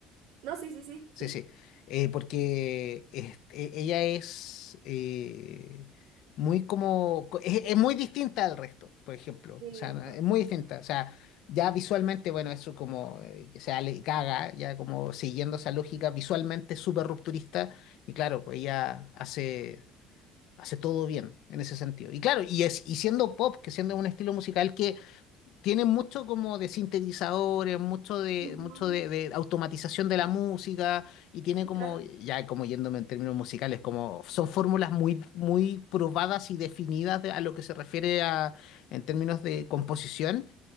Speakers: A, on the right; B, on the left.
A: No, sí, sí, sí, sí.
B: sí, sí, eh, porque este, e, ella es eh, muy como, co- es, es muy distinta al resto, por ejemplo,
A: Sí,
B: o sea, no,
A: bastante.
B: es muy distinta, o sea, ya visualmente, bueno, eso como, eh, que sea Lady Gaga, ya como siguiendo esa lógica visualmente súper rupturista, y claro, pues ella hace Hace todo bien en ese sentido. Y claro, y, es, y siendo pop, que siendo un estilo musical que tiene mucho como de sintetizadores, mucho de,
A: Ujú,
B: mucho de, de automatización de la música, y tiene
A: sí,
B: como,
A: claro.
B: ya como yéndome en términos musicales, como son fórmulas muy, muy probadas y definidas de- a lo que se refiere a, en términos de composición,